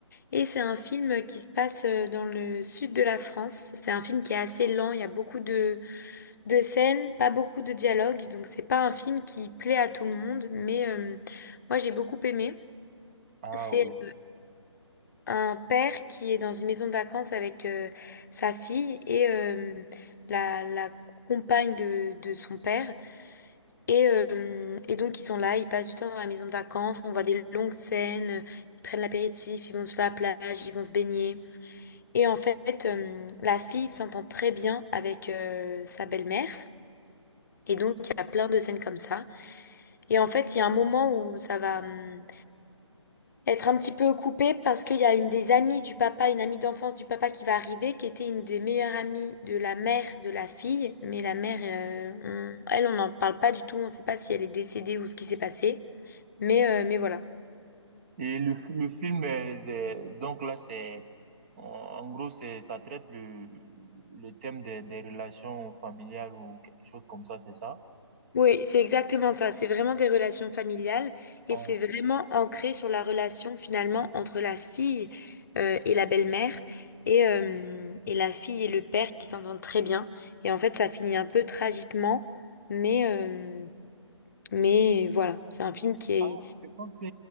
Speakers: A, on the left; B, on the right.
A: Et c'est un film qui se passe euh, dans le sud de la France. C'est un film qui est assez lent, il y a beaucoup de, de scènes, pas beaucoup de dialogues. Donc c'est pas un film qui plaît à tout le monde, mais euh, moi j'ai beaucoup aimé.
B: Ah
A: C'est
B: oui.
A: un père qui est dans une maison de vacances avec euh, sa fille et euh, la, la compagne de, de son père. Et, euh, et donc, ils sont là, ils passent du temps dans la maison de vacances, on voit des longues scènes, ils prennent l'apéritif, ils vont sur la plage, ils vont se baigner. Et en fait, euh, la fille s'entend très bien avec euh, sa belle-mère. Et donc, il y a plein de scènes comme ça. Et en fait, il y a un moment où ça va... hum, être un petit peu coupée parce qu'il y a une des amies du papa, une amie d'enfance du papa qui va arriver, qui était une des meilleures amies de la mère de la fille. Mais la mère, euh, on- elle, on n'en parle pas du tout. On ne sait pas si elle est décédée ou ce qui s'est passé. Mais, euh, mais voilà.
B: Et le, fi- le film, euh, de- donc là, c'est, en en gros, c'est, ça traite le, le thème des, des relations familiales ou quelque chose comme ça, c'est ça?
A: Oui, c'est exactement ça. C'est vraiment des relations familiales et
B: Ah,
A: c'est vraiment ancré sur la relation finalement entre la fille euh, et la belle-mère et, euh, et la fille et le père qui s'entendent très bien. Et en fait, ça finit un peu tragiquement, mais, euh, Mais voilà, c'est un film qui est...
B: ah, je pense que,